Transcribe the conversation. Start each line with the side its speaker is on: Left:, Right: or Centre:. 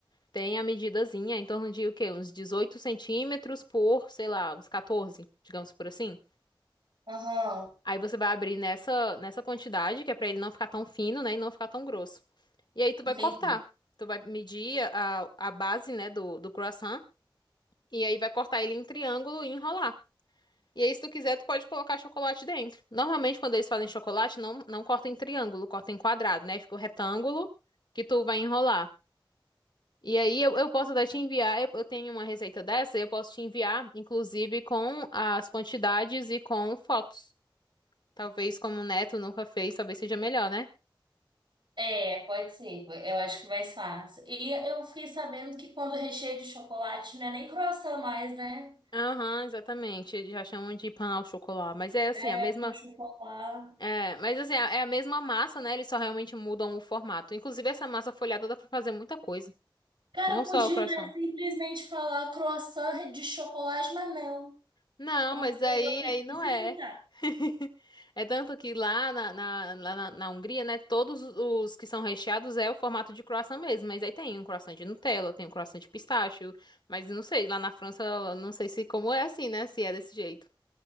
Left: Tem a medidazinha em torno de o quê? Uns 18 centímetros por, sei lá, uns 14, digamos por assim.
Right: Aham,
Left: Aí você vai abrir nessa, nessa quantidade, que é pra ele não ficar tão fino, né? E não ficar tão grosso. E aí tu vai
Right: entendi.
Left: cortar. Tu vai medir a, a base, né, do, do croissant. E aí vai cortar ele em triângulo e enrolar. E aí, se tu quiser, tu pode colocar chocolate dentro. Normalmente, quando eles fazem chocolate, não, não corta em triângulo, corta em quadrado, né? Fica o retângulo que tu vai enrolar. E aí, eu, eu posso até te enviar, eu, eu tenho uma receita dessa, eu posso te enviar, inclusive, com as quantidades e com fotos. Talvez, como o Neto nunca fez, talvez seja melhor, né?
Right: É, pode ser. Eu acho que mais fácil. E eu fiquei sabendo que quando recheio de chocolate não é nem croissant mais, né?
Left: Aham, exatamente. Eles já chamam de pão ao chocolate. Mas é assim,
Right: É,
Left: a mesma.
Right: com chocolate.
Left: É, mas assim, é a mesma massa, né? Eles só realmente mudam o formato. Inclusive, essa massa folhada dá pra fazer muita coisa.
Right: Cara,
Left: Não
Right: podia,
Left: só o croissant.
Right: né, simplesmente falar croissant de chocolate, mas não.
Left: Não,
Right: Francês
Left: mas aí,
Right: gosta
Left: aí
Right: de
Left: não
Right: dificultar.
Left: é. <laughs> É tanto que lá na, na, lá na, na Hungria, né, todos os que são recheados é o formato de croissant mesmo. Mas aí tem um croissant de Nutella, tem um croissant de pistache, mas não sei, lá na França, eu não sei se como é assim, né, se é desse jeito.